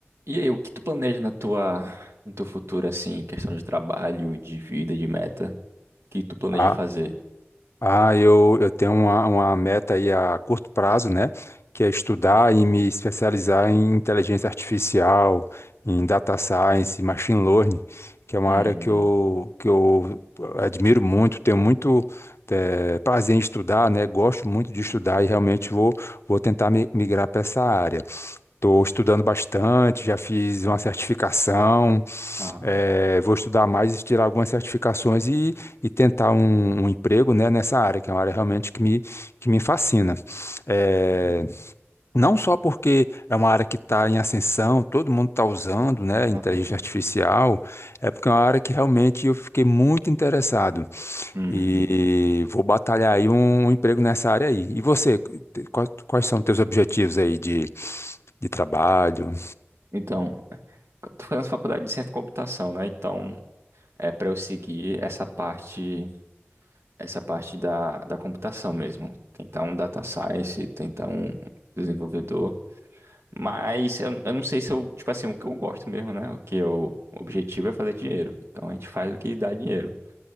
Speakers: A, on the right (about 65°); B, on the left (about 65°).
A: E aí, o que tu planeja na tua, no teu futuro, assim, questão de trabalho, de vida, de meta? O que tu planeja
B: Ah,
A: fazer?
B: ah, eu, eu tenho uma, uma meta aí a curto prazo, né? Que é estudar e me especializar em inteligência artificial, em data science, machine learning, que é uma
A: Hum,
B: área que eu, que eu admiro muito, tenho muito eh, prazer em estudar, né? Gosto muito de estudar e realmente vou, vou tentar mi- migrar para essa área. Estou estudando bastante, já fiz uma certificação.
A: ah,
B: É, vou estudar mais e tirar algumas certificações e, e tentar um, um emprego, né, nessa área, que é uma área realmente que me, que me fascina. É,
A: entendi.
B: não só porque é uma área que está em ascensão, todo mundo está usando, né,
A: Aham.
B: inteligência artificial, é porque é uma área que realmente eu fiquei muito interessado
A: Hum,
B: e vou batalhar aí um, um emprego nessa área aí. E você, quais, quais são os teus objetivos aí de, de trabalho?
A: então, eu tô fazendo faculdade de ciência da computação, né? Então, é para eu seguir essa parte, essa parte da, da computação mesmo. Tentar um data science, tentar um desenvolvedor. Mas eu, eu não sei se eu, tipo assim, o que eu gosto mesmo, né? O que eu, o objetivo é fazer dinheiro. Então, a gente faz o que dá dinheiro.